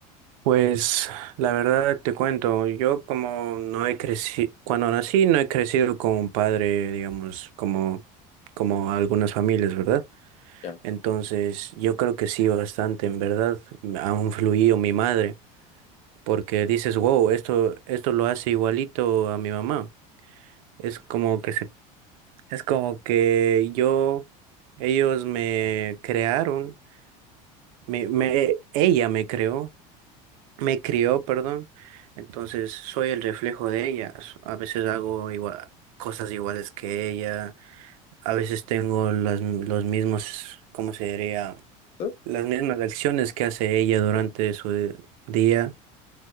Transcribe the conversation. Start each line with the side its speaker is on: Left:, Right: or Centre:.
Right: pues la verdad te cuento, yo como no he crecido, cuando nací no he crecido con un padre, digamos, como, como algunas familias, ¿verdad?
Left: Ya.
Right: Entonces, yo creo que sí, bastante, en verdad, me ha influido mi madre, porque dices, wow, esto, esto lo hace igualito a mi mamá. Es como que se, es como que yo, ellos me crearon, me, me, ella me creó, me crió, perdón. Entonces, soy el reflejo de ella. A veces hago igual, cosas iguales que ella, a veces tengo las, los mismos, ¿cómo se diría?
Left: ¿Tú?
Right: las mismas acciones que hace ella durante
Left: Ya.
Right: su día